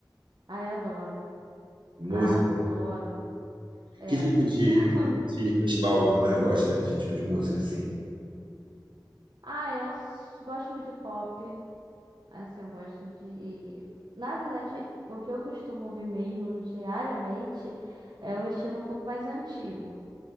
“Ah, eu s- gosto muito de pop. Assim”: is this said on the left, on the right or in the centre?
Right